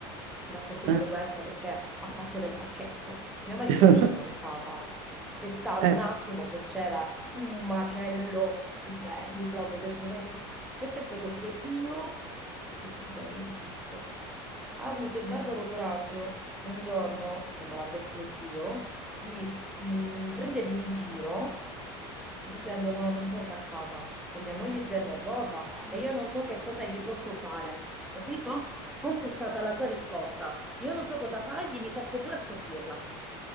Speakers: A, in the centre; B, on the right (about 70°).
A: ti racconto
B: Eh.
A: pure questa perché fa parte del pacchetto. Mio marito
B: <laughs>
A: non c'è mai in casa. C'è stato
B: Eh.
A: un attimo che c'era un macello di quelli proprio. Ho detto, vedi, questo è quello che io tutti i giorni subisco. Ha avuto il barbaro coraggio un giorno, che me l'ha detto lo zio, di mh, prendermi in giro. Dicendo no, non torna a casa, che mia moglie è già è nervosa e io non so che cosa gli posso fare, capito? Questa è stata la tua risposta. Io non so cosa fargli, mi secco pure a sentirla.